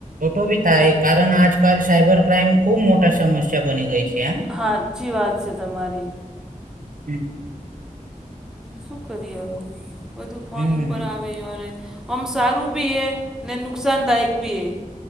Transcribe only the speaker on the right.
ઓટો ભી થાય, કારણ આજકાલ સાયબર ક્રાઈમ ખુબ મોટા સમસ્યા બની ગઈ છે, આ
હમ.
હમ,